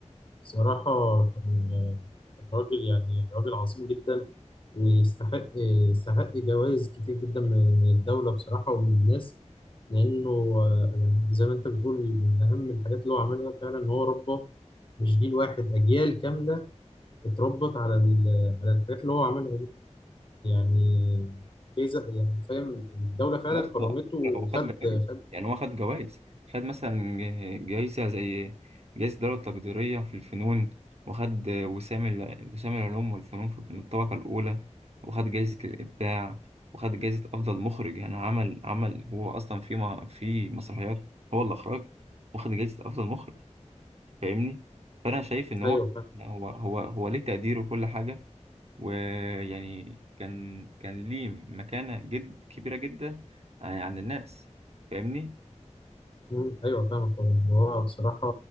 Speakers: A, on the left; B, on the right.
A: بصراحه كان كان راجل يعني راجل عظيم جدا ويستحق يستحق جوائز كتير جدا من من الدولة بصراحة ومن الناس لأنه آه، يعني زي ما أنت بتقول من أهم الحاجات اللي هو عملها فعلا إن هو ربى مش جيل واحد أجيال كاملة اتربت على ال- على الحاجات اللي هو عملها دي يعني جايزة يعني فاهم الدولة فعلا
B: يا اسطى
A: كرمته وخد
B: هو خد جوائز
A: خد
B: يعني هو خد جوائز خد مثلا ج- جايزة زي جايزة الدولة التقديرية في الفنون وخد وسام ال- وسام العلوم والفنون في الطبقة الأولى وخد جايزة الإبداع وخد جايزة أفضل مخرج يعني عمل عمل هو أصلا في ما في مسرحيات هو اللي أخرج واخد جايزة أفضل مخرج فاهمني فأنا شايف إن هو
A: أيوه
B: هو هو هو ليه تقدير وكل حاجة ويعني كان كان ليه مكانة جد كبيرة جدا يعني عند الناس فاهمني
A: مم. ايوه فاهمك طبعا هو بصراحه